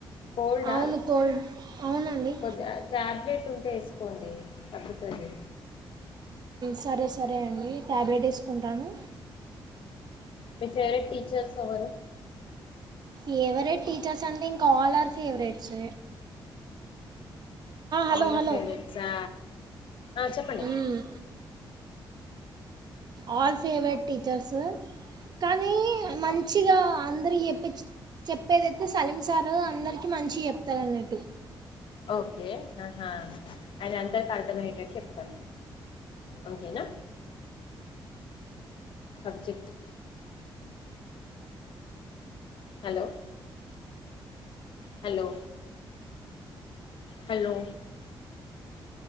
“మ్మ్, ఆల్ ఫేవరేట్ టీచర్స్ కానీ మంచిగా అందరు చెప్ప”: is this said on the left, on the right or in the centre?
Right